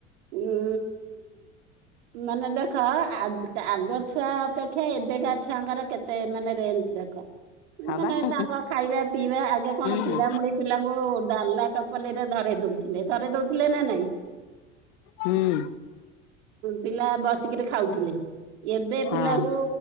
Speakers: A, on the right; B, on the left.
A: ଉଁ ମାନେ ଦେଖ ଆଗ ଛୁଆ ଅପେକ୍ଷା ଏବେକା ଛୁଆଙ୍କର କେତେ ମତେ ମାନେ ରେଞ ଦେଖ?
B: ହଁ
A: ମାନେ
B: ବା ହୁଁ
A: ତାଙ୍କ ଖାଇବା ପିଇବା ଆଗେ କଣ
B: ହୁଁ।
A: ଚୁଡ଼ାମୁଡି ପିଲାଙ୍କୁ ଡାଲା ଟ ପଲିଥିନିରେ ଧରେଇ ଦଉଥିଲେ ଧରେ ଦଉଥିଲେ ନା ନାଇଁ?
B: ହୁଁ।
A: ପିଲା ବସିକିରି ଖାଉଥିଲେ ଏବେ ପିଲାଙ୍କୁ
B: ହଁ